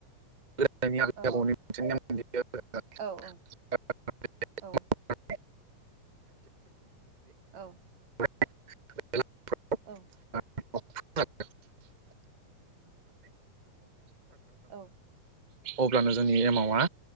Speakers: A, on the right; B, on the right.
A: दे <unintelligible>
B: औ औ औ औ औ
A: <unintelligible>
B: औ
A: <unintelligible>
B: औ
A: अब्लानो जोंनि एमावा